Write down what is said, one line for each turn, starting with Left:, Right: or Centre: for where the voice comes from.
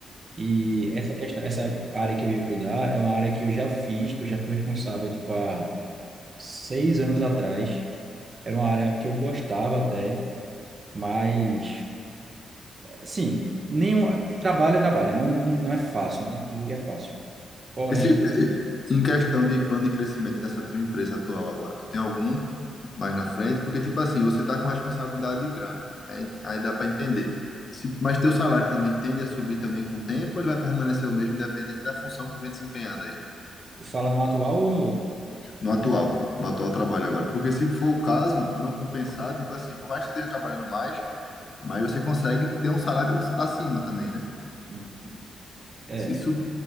Right: E essa questão, essa área que eu ia cuidar é uma área que eu já fiz, que eu já fui responsável, tipo, há seis anos atrás. Era uma área que eu gostava até, mas, sim, nenhum, trabalho é trabalho, não, não, não é fácil, não é fácil. Porém,
Left: Esse, em questão de plano de crescimento nessa tua empresa atual agora, tu tem algum mais na frente? Porque, tipo assim, você tá com responsabilidade grande, aí, aí dá para entender. Se, mas teu salário também tende a subir também com o tempo, ou ele vai permanecer o mesmo, independente da função que tu vem desempenhando aí,
Right: tu fala no atual ou no outro?
Left: no atual, no atual trabalho agora. Porque se for o caso, não compensar, tipo assim, por mais que você esteja trabalhando mais, mas você consegue ter um salário acima também, né?
Right: Hum, É,
Left: Se isso,